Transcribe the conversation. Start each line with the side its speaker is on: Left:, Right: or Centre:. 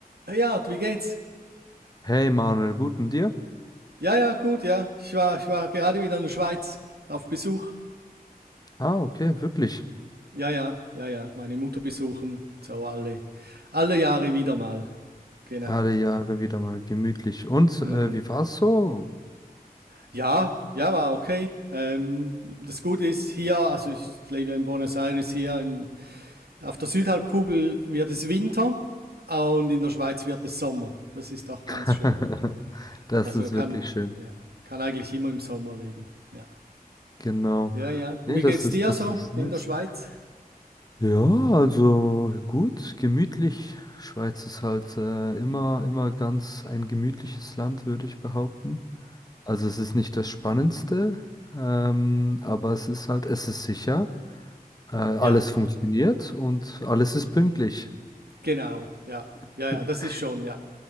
Right: Hey Art, wie geht's?
Left: Hey Manuel, guten dir?
Right: Ja, ja, gut, ja. Ich war, ich war gerade wieder in der Schweiz auf Besuch.
Left: Ah, okay, wirklich.
Right: Ja, ja, ja, ja. Meine Mutter besuchen. So alle, alle Jahre wieder mal. Genau.
Left: Alle Jahre wieder mal gemütlich. Und
Right: Mhm.
Left: äh, wie war's so?
Right: Ja, ja, war okay. Ähm, das Gute ist hier, also ich lebe ja in Buenos Aires hier, in, auf der Südhalbkugel wird es Winter und in der Schweiz wird es Sommer. Das ist auch ganz
Left: <laughs>
Right: schön.
Left: Das
Right: Also
Left: ist
Right: man kann,
Left: wirklich schön.
Right: ja, kann eigentlich immer im Sommer leben. Ja.
Left: Genau.
Right: Ja, ja. Und
Left: Nee,
Right: wie
Left: das
Right: geht's
Left: ist,
Right: dir
Left: das
Right: so
Left: ist
Right: in
Left: nice.
Right: der Schweiz?
Left: Ja, also gut, gemütlich. Schweiz ist halt äh, immer, immer ganz ein gemütliches Land, würde ich behaupten. Also es ist nicht das Spannendste, ähm, aber es ist halt, es ist sicher. Äh, alles
Right: Ja,
Left: funktioniert und alles ist pünktlich.
Right: genau. Ja,
Left: <laughs>
Right: ja, ja, das ist schon, ja.